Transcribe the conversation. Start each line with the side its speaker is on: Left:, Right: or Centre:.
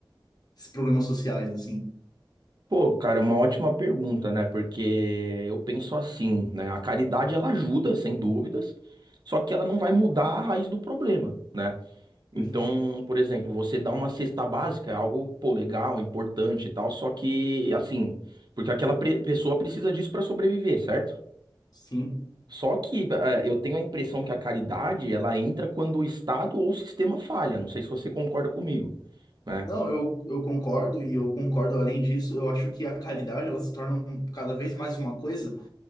Left: esses problemas sociais, assim?
Right: Pô, cara, é uma ótima pergunta, né? Porque eu penso assim, né? A caridade ela ajuda, sem dúvidas, só que ela não vai mudar a raiz do problema, né?
Left: Perfeito.
Right: Então, por exemplo, você dá uma cesta básica, é algo, pô, legal, importante e tal, só que, assim, porque aquela pre- pessoa precisa disso pra sobreviver, certo?
Left: Sim.
Right: Só que eh, eu tenho a impressão que a caridade ela entra quando o Estado ou o sistema falha. Não sei se você concorda comigo, né?
Left: Não, eu, eu concordo e eu concordo além disso, eu acho que a caridade ela se torna um- cada vez mais uma coisa